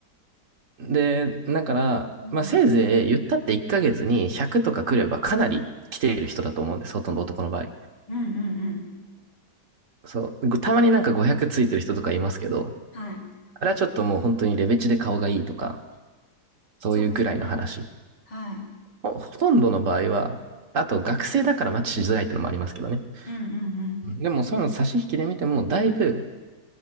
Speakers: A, on the right; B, on the left.
A: で、だから、
B: うん。
A: まあ、せいぜい言ったって1ヶ月に100とか来ればかなり来ている人だと思うんです。ほとんど男の場合。
B: うんうんうん。
A: そう。たまになんか500ついてる人とかいますけど、
B: はい。
A: あれはちょっともう本当にレベチで顔がいいとか、そういうぐらいの話。
B: そうですね。はい。
A: ほ、ほとんどの場合は、あと学生だからマッチしづらいってのもありますけどね。
B: うんうんうん。
A: うんでもそういうの差し引きで見ても、だいぶ、